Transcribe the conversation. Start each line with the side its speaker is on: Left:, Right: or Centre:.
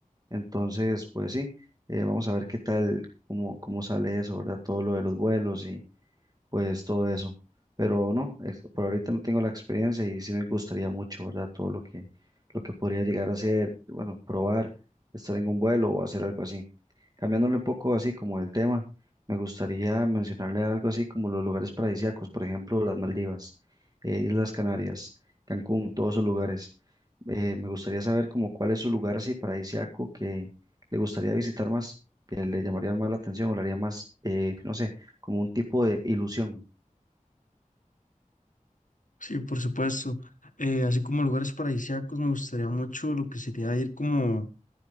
Right: Entonces, pues sí, eh, vamos a ver qué tal, cómo, cómo sale eso, ¿verdad? Todo lo de los vuelos pues todo eso. Pero no, es- por ahorita no tengo la experiencia y sí me gustaría mucho, ¿verdad? Todo lo que, lo que podría llegar a hacer, bueno, probar, estar en un vuelo o hacer algo así. Cambiándole un poco así como el tema, me gustaría mencionarle algo así como los lugares paradisíacos, por ejemplo, las Maldivas, eh, Islas Canarias, Cancún, todos esos lugares. Eh, me gustaría saber como cuál es su lugar así paradisíaco que le gustaría visitar más, que le llamaría más la atención o le haría más, eh, no sé como un tipo de ilusión.
Left: Sí, por supuesto. Eh, así como lugares paradisíacos, me gustaría mucho lo que sería ir como